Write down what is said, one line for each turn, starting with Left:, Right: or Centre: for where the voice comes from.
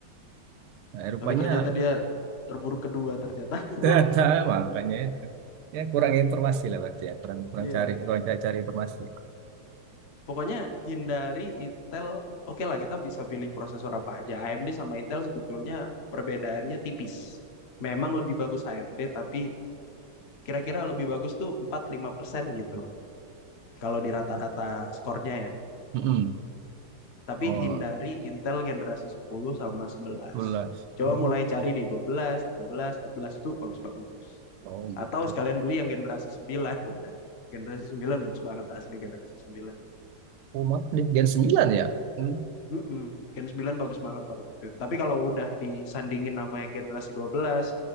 Right: Nah, rupanya
Left: tapi ternyata dia terburuk kedua ternyata.
Right: <laughs>
Left: <laughs>
Right: ternyata makanya itu ya kurang informasi lah berarti ya kurang kurang
Left: Iya.
Right: cari kurang cari, cari informasi
Left: Pokoknya hindari Intel. Oke lah, kita bisa pilih prosesor apa aja. AMD sama Intel sebetulnya perbedaannya tipis. Memang lebih bagus AMD, tapi kira-kira lebih bagus tuh empat lima persen gitu. Kalau di rata-rata skornya ya.
Right: Mm-mm.
Left: Tapi
Right: oh
Left: hindari Intel generasi 10 sama 11.
Right: tulas
Left: Coba
Right: Hmm.
Left: mulai cari di 12, 13, 14 itu bagus-bagus.
Right: oh gitu
Left: Atau sekalian beli yang generasi 9. <laughs> Generasi 9 bagus banget asli generasi 9.
Right: oh mantap di Gen 9 ya Hmm.
Left: Mm-mm. Gen 9 bagus banget pada waktu itu. Tapi kalau udah disandingin nama yang generasi 12,